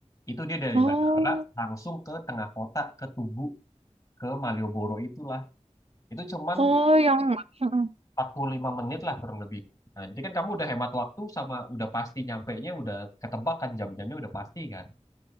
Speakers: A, on the left (about 25°); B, on the right (about 55°).
A: Itu dia dari
B: Oh,
A: bandara langsung ke tengah kota, ke Tugu, ke Malioboro itulah. Itu cuman
B: oh yang, heeh.
A: 45 menit lah kurang lebih. Nah, jadi kan kamu udah hemat waktu sama udah pasti nyampainya udah ketebak kan jam-jamnya udah pasti kan.